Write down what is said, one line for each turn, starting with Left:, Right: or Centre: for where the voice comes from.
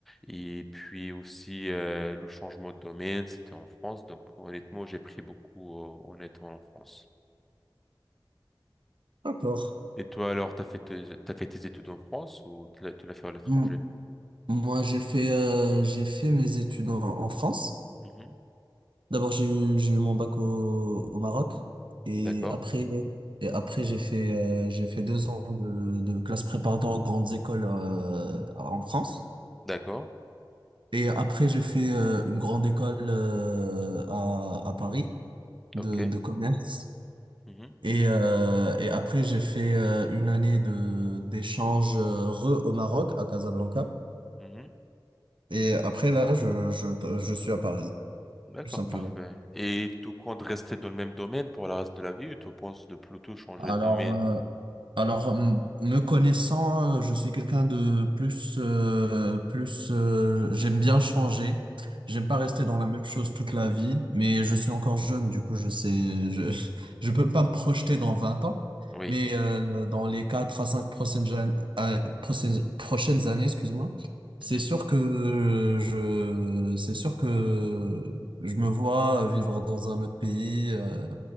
Centre: Et puis aussi, euh, le changement de domaine, c'était en France. Donc, honnêtement, j'ai pris beaucoup, euh, en étant en France.
Right: d'accord.
Centre: Et toi, alors, t'as fait tes, t'as fait tes études en France ou tu l'as tu l'as fait à l'étranger?
Right: Hmm. Moi, j'ai fait, euh, j'ai fait mes études en, en France.
Centre: Mhm.
Right: D'abord, j'ai eu, j'ai eu mon bac au, au Maroc. Et
Centre: D'accord.
Right: après, et après j'ai fait, euh, j'ai fait deux ans de, de classe préparatoire aux grandes écoles euh, en France.
Centre: D'accord.
Right: Et après, j'ai fait euh, une grande école euh, à, à Paris de,
Centre: OK.
Right: de commerce.
Centre: Mhm.
Right: Et, euh, et après, j'ai fait euh, une année de, d'échange euh, re au Maroc, à Casablanca.
Centre: Mhm. Mhm.
Right: Et après, là, je, je, je suis à Paris,
Centre: D'accord,
Right: tout simplement.
Centre: parfait. Et tu comptes rester dans le même domaine pour le reste de la vie ou tu penses de plutôt changer
Right: Alors,
Centre: le domaine?
Right: euh, alors m- me connaissant, euh, je suis quelqu'un de plus, euh, plus. euh, j'aime bien changer. J'aime pas
Centre: Mhm.
Right: rester dans la même chose toute la vie, mais je suis encore jeune, du coup, je sais, je, <laughs> je peux pas me projeter dans 20 ans,
Centre: Oui.
Right: mais euh, dans les 4 à 5 prochaines, jan- euh, prochaines, prochaines années, excuse-moi, c'est
Centre: Mhm.
Right: sûr que euh, je, c'est sûr que je me vois vivre dans un autre pays. euh,